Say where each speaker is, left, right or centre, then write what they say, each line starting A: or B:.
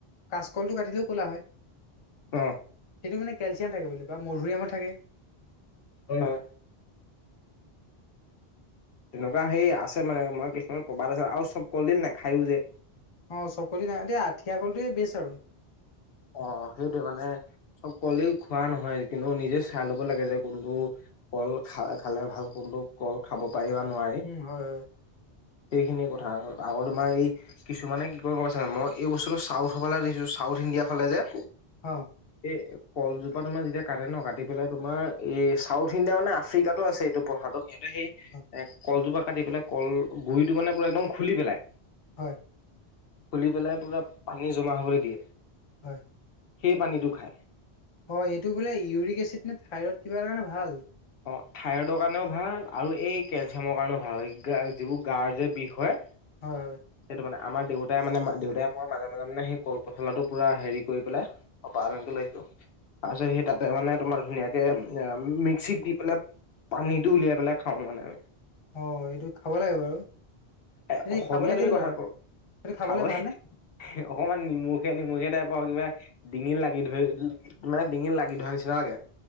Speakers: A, on the left; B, on the left.
A: কাচকলটো কাটিলেও ক'লা হয়।
B: অ।
A: সেইটো মানে কেলচিয়াম থাকে বুলি কোৱা, মধুৰিআমৰ থাকে।
B: হয়, হয়। তেনেকুৱা হেই আছ এই মানে মই কিছুমান প্ৰবাদ আছে আৰু চব কলদিল নাখায়ো যে।
A: অ চব কলি নাই এ আঠিয়া কলটোৱে বেছ আৰু।
B: অ সেইটোৱে মানে চব কলদিল খোৱা নহয়, কিন্তু নিজে চাই ল'ব লাগে যে কোনটো কল খা খালে ভাল কোনটো কল খাব পাৰি বা নোৱাৰি।
A: উম হয় হয়
B: সেইখিনি কথা আকৌ আৰু তোমাৰ হেই কিছুমানে কি কৰে গম পাইছা নাই? মই এই বস্তুটো চাউথৰ ফালে দেখিছো। চাউথ ইণ্ডিয়াৰ ফালে যে
A: অ।
B: এ কলজোপা তোমাৰ যেতিয়া কাটে ন, কাটি পেলাই তোমাৰ এই চাউথ ইণ্ডিয়া মানে আফ্ৰিকাতো আছে এইটো পথাটো। সেই এ
A: অ
B: কলজোপা কাটি পেলাই কল গুৰিটো মানে পুৰা একদম খুলি পেলায়।
A: হয়।
B: খুলি পেলাই পোৰা পানী জমা হ'বলৈ দিয়ে।
A: হয়।
B: সেই পানীটো খায়।
A: অ এইটো বোলে ইউৰিক এচিড নে থাইৰড কিবা এটা কাৰণে ভাল।
B: অ থাইৰইডৰ কাৰণেও ভাল আৰু এই কেলচিয়ামৰ কাৰণেও ভাল যিবোৰ গাৰ যে বিষ হয়।
A: হয়, হয়।
B: সেইটো মানে আমাৰ দেউতাই মানে দেউতাই মই মাজে মাজে মানে সেই কল পচলাটো পুৰা হেৰি কৰি পেলাই অ পাত আনিবলৈ আহিছো। তাৰপিছত সেই তাতে মানে তোমাৰ ধুনীয়াকে আ মিক্সিত দি পেলাই পানীটো উলিয়াই পেলাই খাওঁ মানে আমি।
A: অ এইটো খাব লাগে বাৰু।
B: এ
A: এনেই
B: অসমীয়া
A: খাবলে
B: তুমি
A: কেনেকুৱা
B: কথা
A: এইটো খাবলে
B: খাবই
A: ভালনে?
B: অকমান নিমখীয়া নিমখীয়া টাইপৰ আউ কিবা ডিঙিত লাগি ধৰি মানে ডিঙিত লাগি ধৰা নিচিনা লাগে।